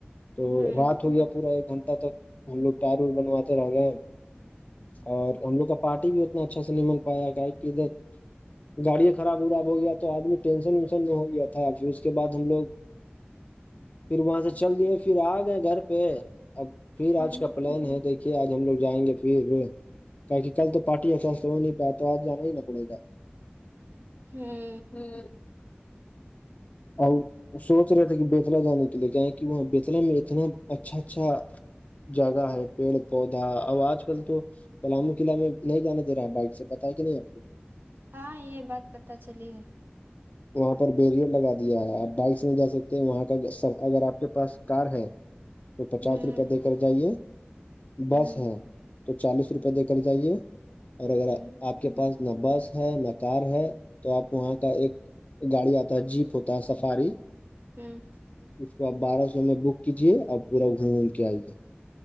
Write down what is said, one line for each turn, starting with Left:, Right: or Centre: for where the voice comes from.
Left: تو
Right: ہوں
Left: رات ہو گیا پورا ایک گھنٹہ تک ہم لوگ ٹارور بنواتے رہ گئے اور ہم لوگ کا پارٹی بھی اتنا اچھا سے نہیں مل پایا گے کہ ادھر گاڑی خراب ہو گیا بھیا تو آدمی ٹینشن وینسن نہ ہو گیا تھا تھا پھر اس کے بعد ہم لوگ پھر وہاں سے چل دیے پھر آ گئے گھر پہ اب پھر
Right: ہوں
Left: آج کا پلان ہے دیک دے آج ہم لوگ جائیں گے پھر کیکہ کل تو پارٹی اسا سے ہو نہیں پایا تو آج جانا ہی ن پڑے گا
Right: ہاں
Left: ہاں آ سوچ رہے تھے کہ تلا جانے کے لیے کیا ہے کہ وہاں بیتلا میں اتنا اچھا اچھا جگہ ہے پیڑ پودا اب آج کل تو پلامو قلعہ میں نہیں جانے دے رہا ہے بائک سے پتا ہے کہ نہیں آپ کو
Right: ہاں یہ بات پتہ چلی ہے
Left: <inaudible> وہاں پر بیریئر لگا دیا ہے آپ بائک سے نہیں جا سکتے وہاں کا اگر آپ کے پاس کار ہے تو پچاس
Right: ہوں
Left: روپے دے کر جائیے بس
Right: ہوں
Left: ہے تو چالیس روپئے دے کر جائیے اور اگر
Right: ہوں
Left: آپ کے پاس نہ بس ہے نہ کار ہے تو آپ وہاں کا ایک گاڑی آتا ہے جیپ ہوتا ہے سفاری
Right: ہاں
Left: اس کو آپ بارہ سو میں بک کیجیے آپ پورا گھوموم کے آئیے